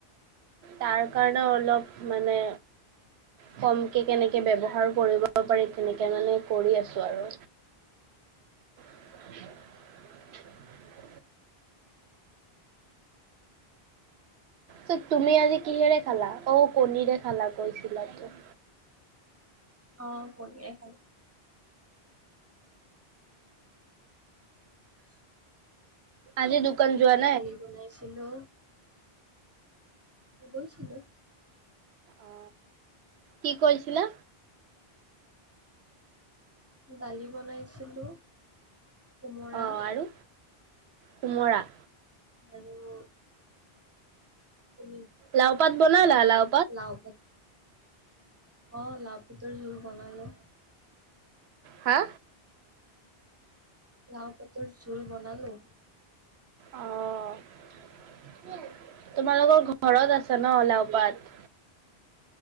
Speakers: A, on the right; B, on the right.
A: তাৰ কাৰণেও অলপ মানে কমকে কেনেকে ব্যৱহাৰ কৰিব পাৰি তেনেকে মানে কৰি আছো আৰু <unintelligible> চত তুমি আজি কিহেৰে খালা অ কণীৰে খালা কৈছিলা তো
B: অ কণীয়ে খালোঁ। <inaudible>
A: আজি দোকান যোৱাৰ
B: দালি বনাইছিলো গৈছিলো
A: অ কি কৈছিলা?
B: দালি বনাইছিলো কোমোৰা
A: অ আৰু কোমৰা
B: আৰু কোনি
A: লাও পাত বনালা লাও
B: লাও পাত অ লাওঁ পাতৰ জোল বনালো
A: হা
B: লাও পাতৰ জোল বনালো
A: অ তোমালোকৰ ঘৰত আছে ন লাওঁপাত